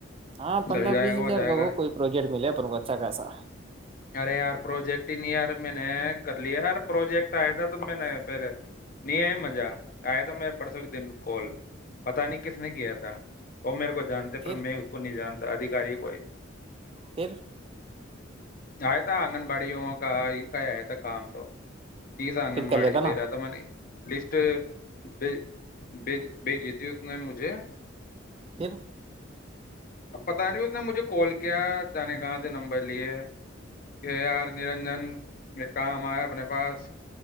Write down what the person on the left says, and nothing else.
چل جائے
گا ہو
جائے
گا
ارے یار پروجیکٹ ہی نہیں ار میں نے کر لیا یار پروجیکٹ آیا تھا تو میں نے پھر نہیں آ مز جا آیا تو میرے پرسوں کے دن کو کال پتا نہیں کس نے کیا تھا وہ میرے کو جتے
پر میں اس کو نہیں جانتا ادھیکاری کوئی
آئے تھا آنگن واڑیوں کا ان کا ہی آیا تھا کام تو تیزا آنگنباڑی
دے رہا تھا میں نے لسٹ بھیج بھیج بھیج دی تھی اس میں مجھ جی
اب پتا نہیں مجھے کال کیا کیا جانے کہاں سے نمبر لیے ہے کہ یار نرنجن یہ کام آئے اپنے پاس